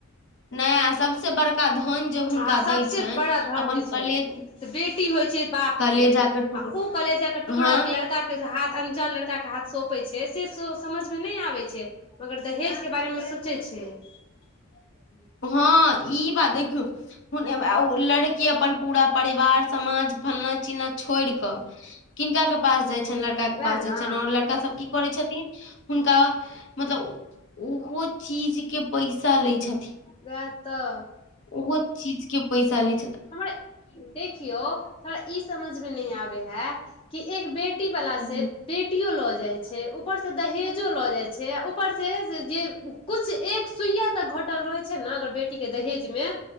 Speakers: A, on the left (about 55°); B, on the left (about 25°).
A: नय अ सबसे बड़का धन जे हुनका
B: आहा सबसे
A: दै छनि
B: बड़ा धन
A: अपन
B: छै
A: कलेज
B: से बेटी होइ छै बाप
A: कलेजा
B: के
A: टुकड़ा
B: उ कलेजा के टुकड़ा
A: हँ
B: लड़का के जे हाथ अन्जा लड़का के हाथ सोपे छै से सो समझ मे नय आबै छै मगर दहेज के बारे मे सोचे छै छै
A: हँ ई बात देखियौ लड़की अपन पूरा परिवार समाज फना चिना छोयिड़ क किनका के पास जाय छैन लड़का के
B: वएह
A: पास जायन
B: ने
A: छैन और लड़का सब की करै छथिन हुनका मतलब ओहो चीज के पैसा लै छथिन
B: वैह तऽ
A: ओहो चीज के पैसा ले
B: हमरा देखियौ हमरा ई समझ मे नय आबे हे कि एक बे बेटी वला
A: हम्म,
B: से बेटियो लॉ जाइ छै ऊपर से दहेजो लऽ जाइ छै ऊपर से जे कुछ एक सुइया तक घर घटल रहय छय न अगर बेटी के दहेज मे